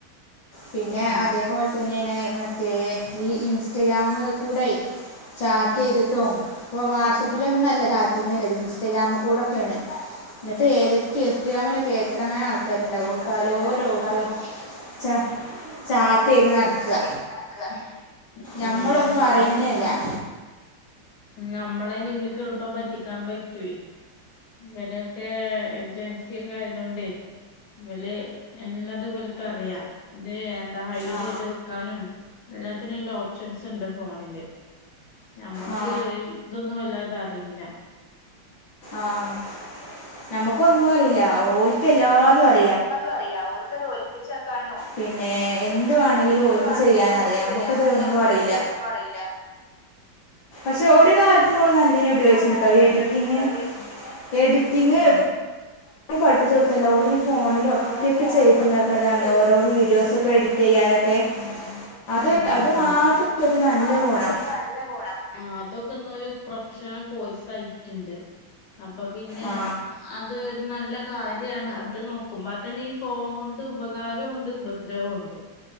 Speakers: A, on the left; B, on the left.
A: പിന്നെ
B: ഉം
A: അതേപോല തന്നേണ് മാ റ്റേ ഈ ഇൻസ്റ്റഗ്രാം. മ് കൂടെയ് ചാറ്റെയ്ത്ട്ടും
B: ഉം
A: ഇപ്പൊ വാട്സപ്പിലൊന്നുല്ല
B: ഉം
A: ചാ പിന്നല്ലേ ഇൻസ്റ്റാഗ്രാം കൂടെയൊക്കയാണ് എന്നിട്ട് ഏതൊയൊക്കയോ ഇൻസ്റ്റഗ്രാമിനൊക്കെ എത്രങ്ങാനും ആളുക്കാര്. ആൾക്കാരുണ്ടാവും
B: ആൾക്കാരുണ്ടാവും
A: പലോരോട്ടും.
B: ഓൽക്കാലോചിച്ച്
A: ചാ ചാറ്റ് ചെയ്ത് നടക്കുക
B: ചാറ്റ് ചെയ്ത് നടക്കാ. ഉം
A: നമ്മളൊന്നും അറിയുന്നില്ല
B: അതെന്നു വെച്ചാല്. നമ്മള് അതിന് വിളിക്കുമ്പോ എളുപ്പം പറ്റിക്കാൻ പറ്റുവേ, ഇവരൊക്കെ ജൻസി ഒക്കെ ആയതോണ്ടേ ഇവല് എല്ലതും ഇവൽക്കറിയാ ഇത്. ഹൈഡ്
A: ആ
B: ചെയ്തു വെക്കാനും. എല്ലാത്തിന് ഇതിന് ഓപ്ഷൻസ് ഉണ്ട് ഫോണില് ഞമ്മള്.
A: ആ
B: ക്ക് ഇതൊന്നും വല്ലാ തറീല
A: ആഹ് ഞമ്മക്കൊ ന്നുറീല ഓൽക്കെല്ലാതുറീം.
B: എല്ലാതും അറിയാ ഓൽക്കത് ഒളിപ്പിച്ചെക്കാനും
A: പിന്നെ എന്ത് വേണമെങ്കിലും
B: എന്ത്
A: ഓൽക്ക്
B: വേണെങ്കിലും
A: ചെയ്യാനറിയാം
B: ഓര്ക്ക് ചെയ്യാന്
A: നമുക്കതിലൊന്നും
B: അറിയാം നമ്മക്ക്
A: അറിയില്ല
B: അതിലൊന്നും അറീല.
A: ക്ഷെ ഓ കാര്യത്തിന് നല്ലീന് ഉപയോഗിച്ചിണ്ട്
B: ഓള് നല്ലീനെ
A: ട്ടോ എഡിറ്റിംഗ്
B: ഉപയോഗിച്ചിണ്ട്ട്ടോ എഡിറ്റിങ്
A: എഡിറ്റിംഗ് <unintelligible>
B: എഡി
A: ട്പ്പിച്ചോട്തല്ല ഓലി ഫോണിൽ ഒറ്റക്ക്
B: ഓള് ഈ ഫോണില്
A: ചെയ്ത്ണ്ടാക്ക്ണതാണ്
B: ഒറ്റക്ക് ചെയ്ത്
A: ഓരോ വീഡിയോസൊക്കെ എഡിറ്റ് ചെയ്യാനൊക്കെ
B: ഉം ഉം
A: അത്
B: ഉം
A: അത് മാത്രള്ളൊരു
B: ആഹ്
A: നല്ല
B: അതൊള്ളൊരു
A: ഗുണം.
B: നല്ല ഗുണം ആഹ് അതൊക്കെന്ന് ഒരു പ്രൊഫഷണൽ കോഴ്സായിറ്റ്ണ്ട്. അപ്പ പിന്നെ
A: ആ
B: അത് നല്ല കാര്യാണ് അത് നോ ക്കുമ്പ തന്നെ ഈ ഫോണുകൊണ്ട് ഉപകാരോണ്ട് ഉപദ്രവോണ്ട്.